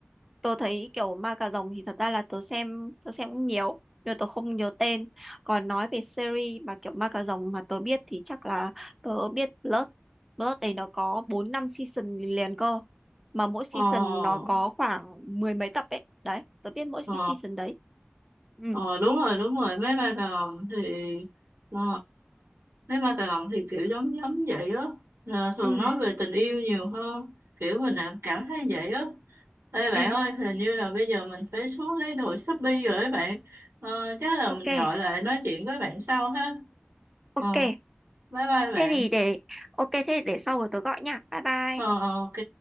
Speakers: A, in the centre; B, on the right.
A: tớ thấy kiểu ma cà rồng thì thật ra là tớ xem tớ xem cũng nhiều nhưng mà tớ không nhớ tên còn nói về series mà kiểu ma cà rồng mà tớ biết thì chắc là tớ biết Blood Blood này nó có bốn năm season liền cơ mà mỗi season
B: Ờ,
A: nó có khoảng mười mấy tập ấy đấy tớ biết mỗi
B: ờ.
A: cái season đấy ừ
B: Ờ đúng rồi đúng rồi mấy ba cà rồng thì ờ, mấy ba cà rồng thì kiểu giống giống vậy á Ờ, thường
A: ừ
B: nói về tình yêu nhiều hơn kiểu mình là cảm thấy vậy á Ê bạn
A: ừ
B: ơi hình như là bây giờ mình phải xuống lấy đồ Shopee rồi ấy bạn Ờ, chắc là
A: ok
B: mình gọi lại nói chuyện với bạn sau ha
A: ok
B: ờ bye bye bạn
A: thế thì để ok thế để sau rồi tớ gọi nha bye bye
B: ờ ờ, ok